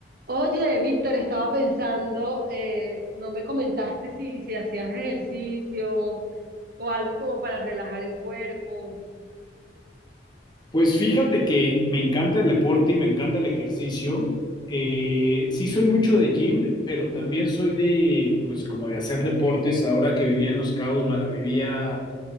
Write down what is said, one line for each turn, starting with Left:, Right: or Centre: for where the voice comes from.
Right: Oye, Víctor, estaba pensando, eh, no me comentaste si, si hacías ejercicio o algo como para relajar el cuerpo.
Left: Pues fíjate que me encanta el deporte y me encanta el ejercicio. Eh, sí soy mucho de gym, pero también soy de, pues como de hacer deportes. Ahora que vivía en Los Cabos, me la vivía